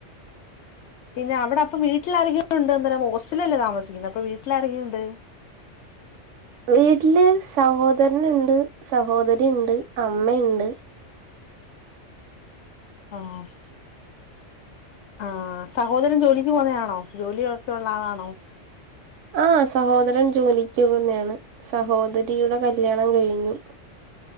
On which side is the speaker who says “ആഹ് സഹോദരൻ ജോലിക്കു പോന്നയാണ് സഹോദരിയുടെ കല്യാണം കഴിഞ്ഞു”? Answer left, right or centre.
Right